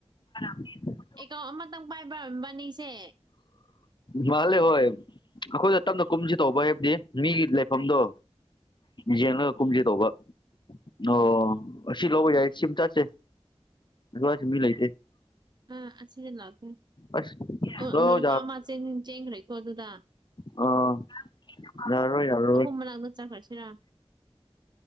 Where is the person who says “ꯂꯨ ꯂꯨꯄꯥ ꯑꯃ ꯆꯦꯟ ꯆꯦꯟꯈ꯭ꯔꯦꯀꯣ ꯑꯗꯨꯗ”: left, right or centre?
Right